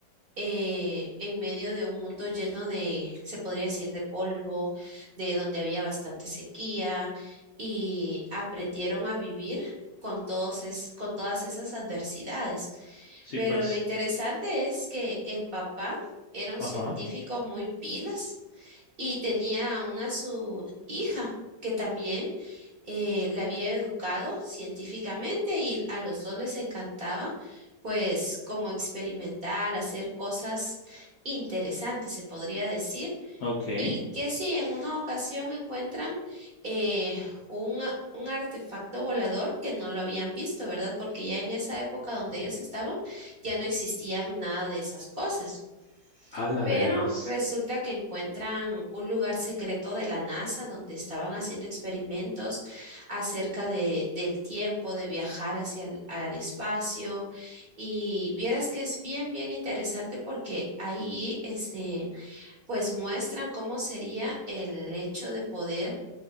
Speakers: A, on the right; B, on the left.
A: eh, en medio de un mundo lleno de, se podría decir, de polvo, de donde había bastante sequía y aprendieron a vivir con todos es- con todas esas adversidades.
B: Sí,
A: Pero
B: pues.
A: lo interesante es que el papá era un
B: Ajá.
A: científico muy pilas y tenía una su hija que también eh, la había educado científicamente y a los dos les encantaba pues como experimentar, hacer cosas interesantes, se podría decir.
B: Ok.
A: Y que si en una ocasión encuentran eh, un, un artefacto volador que no lo habían visto, ¿verdad? Porque ya en esa época donde ellos estaban ya no existían nada de esas cosas.
B: Ala,
A: Pero
B: de veras.
A: resulta que encuentran un lugar secreto de la NASA donde estaban haciendo experimentos acerca de, del tiempo, de viajar hacia el al espacio. Y vieras que es bien, bien interesante porque ahí, este, pues muestran cómo sería el hecho de poder